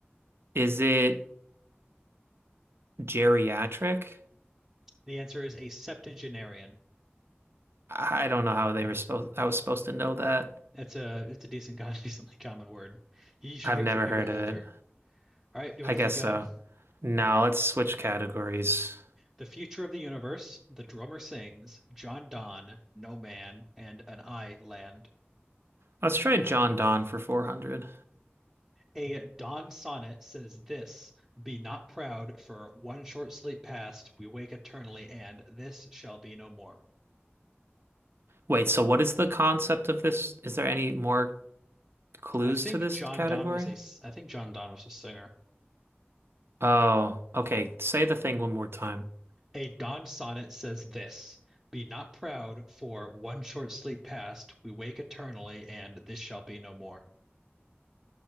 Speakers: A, on the right; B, in the centre.
A: is it geriatric?
B: The answer is a septuagenarian.
A: I I don't know how they were supposed. I was supposed to know that.
B: It's a it's a decent, con- <laughs> decently common word. You usually
A: I've
B: hear
A: never
B: it for people
A: heard
B: older.
A: of it.
B: All right, do you
A: I
B: want
A: guess
B: to keep going?
A: so. Now let's switch categories.
B: The future of the universe, the drummer sings, John Donne, no man, and an I land.
A: Let's try John Donne for 400.
B: A dawn sonnet says this, be not proud, for one short sleep past, we wake eternally, and this shall be no more.
A: Wait, so what is the concept of this? Is there any more clues
B: I think
A: to this
B: John
A: category?
B: Donne was a s- I think John Donne was a singer.
A: Oh, okay. Say the thing one more time.
B: A dawn sonnet says this: Be not proud, for one short sleep past, we wake eternally, and this shall be no more.